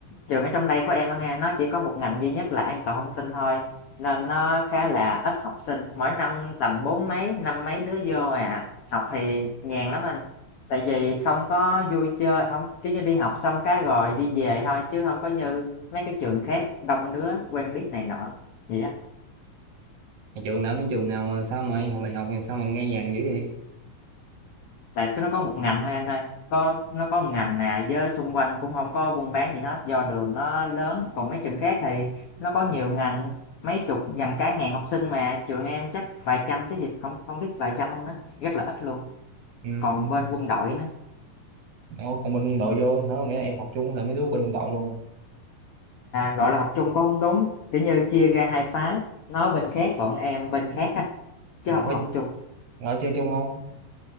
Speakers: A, on the left; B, on the right.
A: trường ở trong đây của em á nghe, nó chỉ có một ngành duy nhất là an toàn thông tin thôi, nên nó khá là ít học sinh, mỗi năm tầm bốn mấy, năm mấy đứa vô à. Học thì nhàn lắm anh, tại vì không có vui chơi, không kiểu như, đi học xong cái rồi đi về thôi, chứ không có như mấy cái trường khác đông đứa quen biết này nọ, gì á.
B: trường nào như trường nào mà sao mày học đại học mà sao mà nghe nhàng dữ vậy
A: Tại nó có một ngành thôi anh ơi, có nó có một ngành nè với xung quanh cũng không có buôn bán gì hết, do đường nó lớn. Còn mấy trường khác thì nó có nhiều ngành, mấy chục gần cả ngàn học sinh mà trường em chắc vài trăm chứ gì, không không biết vài trăm không đó, rất là ít luôn.
B: ừ.
A: Còn bên quân đội nữa
B: Ủa, còn bên quân đội
A: và
B: vô nữa nghĩa là em học chung là mấy đứa bên quân đội luôn
A: gọi là học chung cũng hông đúng, kiểu như, chia ra hai phái, nó bên khác, bọn em bên khác á, chứ
B: Rồi
A: không có học chung.
B: rồi chơi chung không